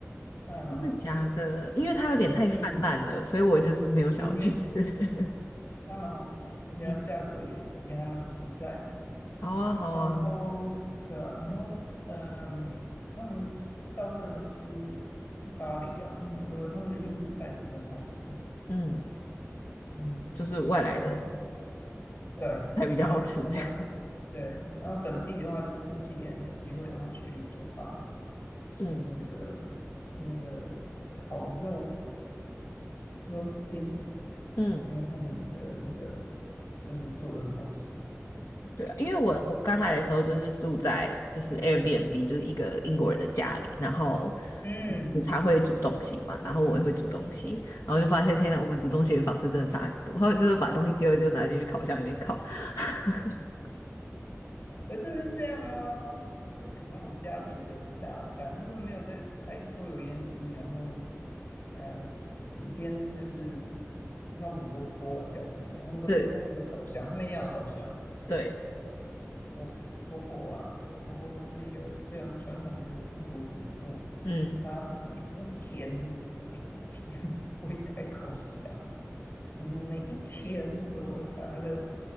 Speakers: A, on the left; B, on the left.
A: 那还蛮好吃的。
B: 真的假的？因为它有点太泛滥了，
A: 嗯
B: 所以我就是没有想要去吃。
A: 嗯哼，
B: <laughs>
A: 它还蛮好吃的，而且它价格也也还蛮实在的。
B: 嗯。好啊，好啊，
A: 然后对啊，然后嗯，他们大部分人都吃咖喱啊，他们很多人他们的印度菜其实很好吃，
B: 嗯
A: 嗯，
B: 就是外来的
A: 然后对对本对，
B: 还比较好吃这样。
A: 然后本地的话就是星期天你有机会的话去酒吧吃那个吃那个烤肉
B: <laughs> 嗯
A: roast dinner，
B: 嗯
A: 因为他们的那个就是做的很好吃，
B: 对啊，因为我我刚来的时候就是住在就是 Airbnb，就是一个英国人的家里，然后
A: 嗯，
B: 就是他会煮东西嘛，然后我也会煮东西，然后就发现天呐，我们煮东西的方式真的差很多。<laughs> 然后就是把东西丢一丢，拿进去烤箱里面烤。<laughs>
A: 可是真的是这样啊，他们都煮那种家庭的大餐，他们没有在开抽油烟机，然后呃，整天就是弄很多锅碗瓢盆那样，他们都是他们都是烤箱，
B: 对
A: 他们一定要有烤箱。
B: 对，
A: 我婆婆啊，我婆婆是一个非常传统的英国主妇，
B: 嗯，
A: 她每一天每一天都会开烤箱，几乎每一天他都会拍他的